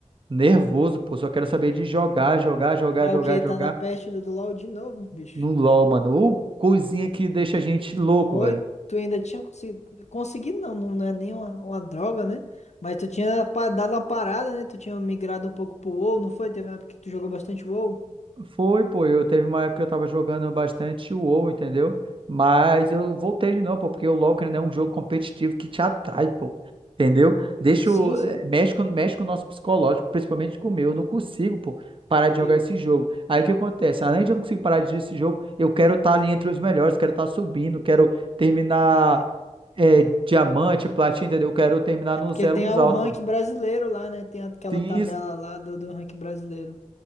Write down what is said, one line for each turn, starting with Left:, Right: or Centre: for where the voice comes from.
Right: nervoso, pô. Só quero saber de jogar, jogar, jogar,
Left: Mas
Right: jogar,
Left: o que?
Right: jogar
Left: Tá na peste do do LoL de novo, bicho.
Right: no LoL, mano. Ou coisinha que deixa a gente louco,
Left: Pô,
Right: velho.
Left: e tu ainda tinha conseguido. Conseguido não, não é nem uma, uma droga, né? Mas tu tinha pa- dado uma parada, né? Tu tinha migrado um pouco pro WoW, não foi? Teve uma época que tu jogou bastante WoW?
Right: Foi, pô. Eu teve uma época que eu tava jogando bastante o WoW, entendeu? Mas eu voltei de novo, pô, porque o LoL querendo ou não, é um jogo competitivo que te atrai, pô. Entendeu? Deixa
Left: Sim,
Right: o... eh,
Left: sim.
Right: Mexe com... mexe com o nosso psicológico, principalmente com o meu. Eu não consigo, pô, parar de
Left: Pior.
Right: jogar esse jogo. Aí o que acontece? Além de eu não conseguir parar de jogar esse jogo, eu quero estar ali entre os melhores, quero estar subindo, quero terminar
Left: É.
Right: eh, diamante, platina, entendeu? Eu quero terminar
Left: É
Right: nos
Left: porque
Right: elos
Left: tem a- o
Right: altos.
Left: rank brasileiro lá, né? Tem aquela
Right: Sim,
Left: tabela lá do, do rank brasileiro.